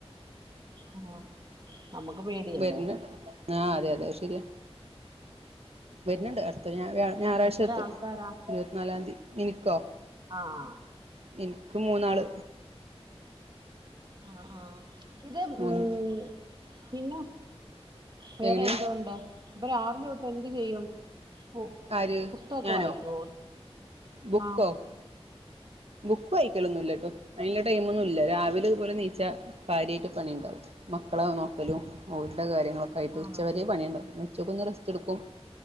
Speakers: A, on the right; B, on the right.
A: ആഹ് നമുക്ക് പേടിയല്ലേ
B: വരുണ ആ അതെ അതെ ശരിയാ വരണ്‌ണ്ട് പ്പ ഞ ഞായറാഴ്ച
A: ആഹ് എത്ര
B: എത്തും
A: ആൾക്കാരാ
B: ഇരുപത്തിനാലാംന്തി <unintelligible> ക്കോ
A: ആഹ്
B: എനിക്ക് മൂന്നാള്
A: ആ ആ ഇത് ഉം
B: മൂന്ന്
A: <unintelligible> വേറെ
B: എങ്ങനെ
A: എന്തൊണ്ട് അപ്പൊ രാവിലെ തൊട്ട് എന്ത് ചെയ്യും പു
B: ആര്
A: പുസ്തകൊക്കെ
B: ഞാനോ
A: വായിക്കുവോ
B: ബുക്കോ
A: ആ
B: ബുക്ക് വായിക്കൊന്നില്ല ട്ടോ അതിന്റെ ടൈം ഒന്നും ഇല്ല രാവിലെ ഇതുപോലെ നീച്ച കാര്യായിട്ട് പണി ഉണ്ടാവും മക്കളെ നോക്കലും വീട്ടിലെ കാര്യങ്ങളൊക്കായിട്ട്
A: ആഹ്
B: ഉച്ചവരെ പണിയാണ് ഉച്ചയ്ക്കൊന്നു റസ്റ്റെടുക്കും